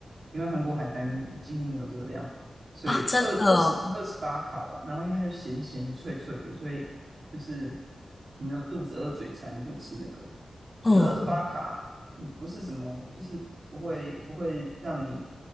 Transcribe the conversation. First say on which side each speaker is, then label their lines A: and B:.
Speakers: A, on the right; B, on the left.
A: 因为韩国海苔几乎没有热量。所以二二十二十八卡吧，
B: 啊，真的哦，
A: 然后因为它就咸咸的、脆脆的，所以就是你有肚子饿、嘴馋，你就吃那个，
B: 嗯，
A: 就是二十八卡，嗯，不是什么，就是不会不会让你